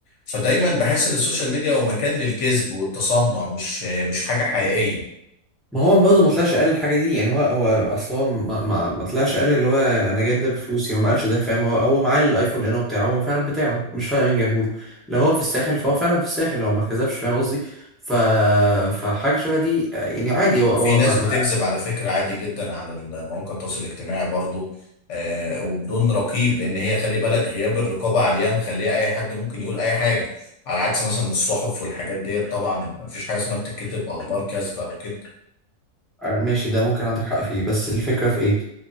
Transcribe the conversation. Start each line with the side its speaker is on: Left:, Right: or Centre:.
Left: فدايما بحس ان السوشيال ميديا هو مكان للكذب والتصنع مش مش حاجه حقيقيه
Centre: ما هو برضه ما طلعش قال الحاجه دي يعني هو هو اصل هو ما, ما, ما طلعش قال اللي هو انا جايب ده بفلوسي هو ما قالش ده فاهم هو هو معاه الايفون انه بتاعه هو فعلا بتاعه مش فاهم مين جابه له لو هو في الساحل فهو فعلا في الساحل هو ما كذبش فاهم قصدي ف فحاجه شبه دي يعني عادي
Left: ما
Centre: هو هو
Left: في ناس
Centre: ما,
Left: بتكذب
Centre: ما
Left: على فكره عادي جدا على مواقع التواصل الاجتماعي برضو آه وبدون رقيب لان هي خلي بالك غياب الرقابه عليها مخليه اي حد ممكن يقول اي حاجه على عكس مثلا الصحف والحاجات ديت طبعا مفيش حاجه اسمها بتتكتب اخبار كاذبه او كده
Centre: آه، ماشي ده ممكن عندك حق فيه بس الفكرة في ايه